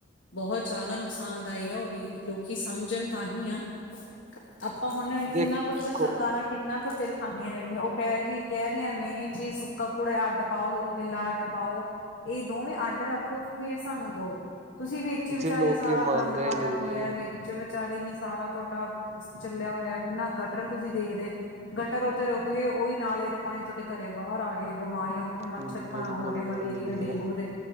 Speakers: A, on the left; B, on the right.
A: ਬਹੁਤ ਜ਼ਿਆਦਾ ਨੁਕਸਾਨਦਾਇ ਆ ਉਹ ਵੀ, ਲੋਕੀ ਸਮਝਣ ਤਾਂਹੀ ਆ ਆਪਾਂ ਹੁਣ
B: ਦੇਖੋ
A: ਕਿੰਨਾ ਕੁਛ ਤਾਂ ਸਰਕਾਰਾਂ, ਕਿੰਨਾ ਕੁ ਸਿਰ ਖਾਂਦੀਆਂ ਰਹਿਣਦੀਆਂ ਉਹ ਕਹਿ ਦੀ ਕਹਿ ਰਹੀਆਂ ਨੇ ਜੀ ਸੁੱਕਾ ਕੂੜਾ ਅੱਡ ਪਾਓ ਗਿੱਲਾ ਅੱਡ ਪਾਓ ਇਹ ਦੋਵੇਂ ਅੱਡ ਰੱਖੋ ਫੇਰ ਸਾਨੂੰ ਦਓ। ਤੁਸੀਂ ਵਿੱਚ ਵਿਚਾਰੇ
B: ਜੀ ਲੋਕੀ
A: ਸਾਰਾ
B: ਮੰਨਦੇ
A: ਗੰਦ ਪਾਇਆ।
B: ਹੀ ਨੀ ਜੀ
A: ਹੋਇਆ ਵਿੱਚ ਵਿਚਾਲੇ ਹੀ ਸਾਰਾ ਤੁਹਾਡਾ ਚੱਲਿਆ ਹੋਇਆ ਕਿੰਨਾ ਗਟਰ ਤੁਸੀਂ ਦੇਖਦੇ, ਗਟਰ ਉੱਥਤੇ ਰੁਕ ਗਏ ਉਹੀ ਨਾਲੇ ਦੇ ਪਾਣੀ ਤੁਹਾਡੇ ਘਰੇ ਬਾਹਰ ਆ ਗਏ ਬਿਮਾਰੀਆਂ ਉ ਇਹ ਮੱਛਰ
B: ਬਿਲਕੁਲ
A: ਤਾਂ ਹੋ ਗਏ
B: ਬਿਲਕੁਲ
A: ਮਲੇਰੀਆ
B: ਜੀ
A: ਡੇਂਗੂ ਦੇ,